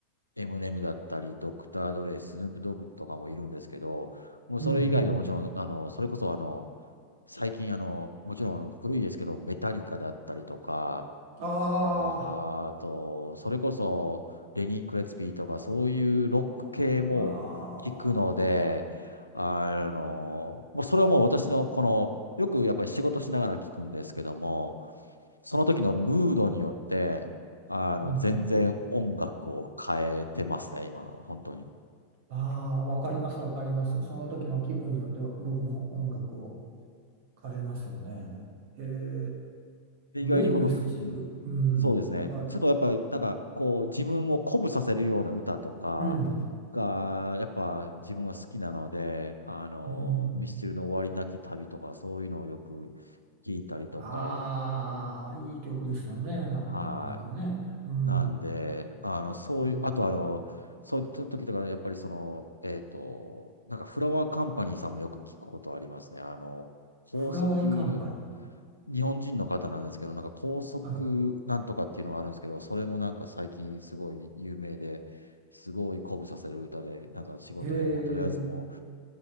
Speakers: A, on the left; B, on the right.
A: エムネムだったり、ドクター・ドレイ、スヌープ・ドッグとかもいるんですけど、もうそれ以外でももちろん、
B: うんうんうん
A: あの、それこそあの、最近あの、もちろん古いですけど、メタリカだったりとか、
B: あ
A: あ、あと、それこそレニー・クレツピーとか、そういうロック系も聞くので、
B: あ、ああ
A: あの、もうそれはもう私のこの、よくやっぱり仕事しながら聞くんですけども、その時のムードによって、あの、
B: うんうん
A: 全然音楽を変えてますね、今は、本当に。
B: あ、ああ、わかります、わかります。その時の気分によって僕も音楽を変えますよね。へえ、
A: で、
B: グレイ・
A: 意外にこの、
B: ミスチル、
A: うん、
B: うん、
A: そうですね、
B: は、
A: ちょっとやっぱ、なんか、こう、自分を鼓舞させるような歌とかが、
B: うん
A: やっぱ自分は好きなので、あの、
B: うん
A: ミスチルの終わりなき旅とか、そういうのをよく聞いたりとか、
B: ああ、いい曲ですよね、
A: は
B: なかなかね。うん、
A: いなんで、あの、そういう、
B: なるほど。
A: あとあの、そういう時とか、やっぱりその、えっと、なんかフラワーカンパニーさんもよく聞くことありますね。あの、高速、
B: フラワーカンパニー。
A: 日本人の方なんですけど、なんか高速なんとかっていうのがあるんですけど、
B: は
A: それもなんか最近すごい有名で、すごい鼓舞させる歌で、なんか仕事でもうとりあえずも
B: い。ええ、